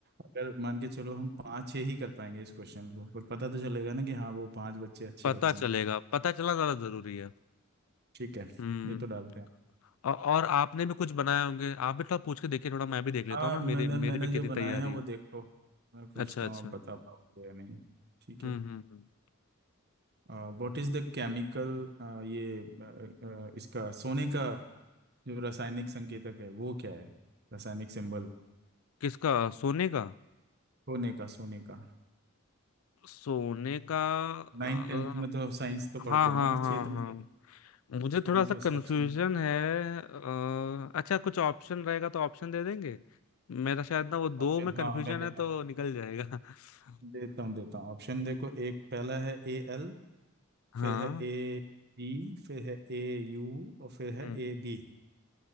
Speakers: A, on the right (about 50°); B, on the left (about 85°).
A: अगर मान के चलो हम पाँच छः ही कर पाएंगे इस क्वेश्चन को पर पता तो चलेगा ना कि हाँ वो पांच बच्चे अच्छे
B: पता
A: बच्चे हैं
B: चलेगा पता चलना ज्यादा जरूरी है
A: ठीक है
B: हम्म
A: ये तो डालते हैं
B: औ- और आपने भी कुछ बनाए होंगे आप भी थोड़ा पूछ के देखिए थोड़ा मैं भी देख लेता
A: हाँ
B: हूँ ना
A: मैंने
B: मेरे
A: मैंने
B: मेरे में कितनी
A: जो बनाए
B: तैयारी
A: हैं वो
B: हो
A: देखो मैं पूछता
B: अच्छा अच्छा
A: हूँ आप बता पाओगे या नहीं ठीक
B: हम्म
A: है
B: हम्म हम्म।
A: व्हाट इज द केमिकल ये अ, अ, इसका सोने का जो रासायनिक संकेतक है वो क्या है रासायनिक सिंबल
B: किसका सोने का
A: सोने का सोने का
B: सोने का
A: नाइन
B: अ,
A: टेंथ में तो साइंस तो पढ़ते
B: हाँ
A: हैं
B: हाँ
A: ना बच्चे
B: हाँ
A: इतने
B: हाँ
A: तो
B: मुझे थोड़ा
A: उनके
B: सा
A: हिसाब
B: कंफ्यूजन
A: से मुझे
B: है अ, अच्छा कुछ ऑप्शन रहेगा तो ऑप्शन दे देंगे मेरा शायद ना वो दो
A: ऑप्शन
B: में कंफ्यूजन
A: हाँ मैं देता
B: है तो
A: हूँ
B: निकल जाएगा
A: देता
B: <laughs>
A: हूँ देता हूँ ऑप्शन देखो एक पहला है ए एल
B: हाँ
A: फिर है ए ई फिर है ए यू और फिर है
B: हम्म
A: ए बी